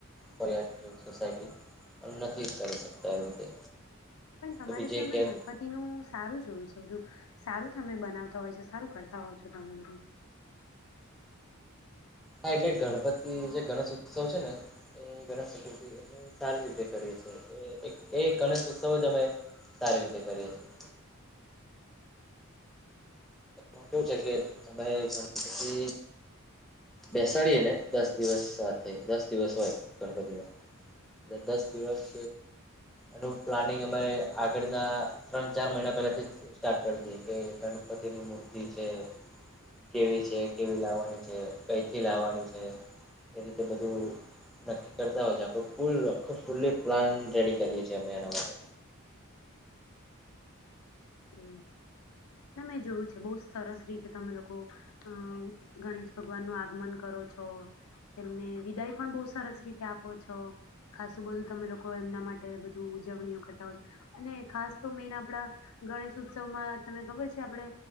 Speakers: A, in the centre; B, on the left.
A: ફરિયાદ સોસાયટી પણ નથી. ચલી શકતા આવી રીતે.
B: પણ તમારે
A: તો બીજે
B: ત્યા અમે
A: ક્યાંક
B: ગણપતિ નું સારું જોયું છે બધું. સારું તમે બનાવતા હોય છો સારું કરતા હોવ છો તમે બધું.
A: હા એટલે ગણપતિ જે ગણેશ ઉત્સવ છે ને, એ ગણેશ ચતુર્થી અમે સારી રીતે કરીએ છીએ, એ ગણેશ ઉત્સવ જ અમે સારી રીતે કરીએ છીએ. એ કેવું છે કે અમે ગણપતિ બેસાડીએ ને દસ દિવસ સાથે દસ દિવસ હોય ગણપતિમાં એલે દસ દિવસ એનું પ્લાનિંગ અમારે આગળના ત્રણ ચાર મહિના પહેલાથી સ્ટાર્ટ કરી દએ કે ગણપતિ તેની મૂર્તિ છે, કેવી છે કેવી લાવવાની છે કઈથી લાવવાની છે, એ રીતે બધું નક્કી કરતા હોય છે આખ ફૂલ ફૂલ્લી પ્લાન રેડી કરીએ છીએ અમે એના માટે.
B: કે ના મેં જોયું છે બહુ સરસ રીતે તમે લોકો અ ગણેશ ભગવાન નું આગમન કરો છો તેમને વિદાય પણ બહુ સરસ રીતે આપો છો, ખાસું બધું તમે લોકો એમના માટે બધું ઉજવણીઓ કરતા હોય છો, અને ખાસ તો મેન આપડા ગણેશ ઉત્સવમાં તમને ખબર છે આપડણે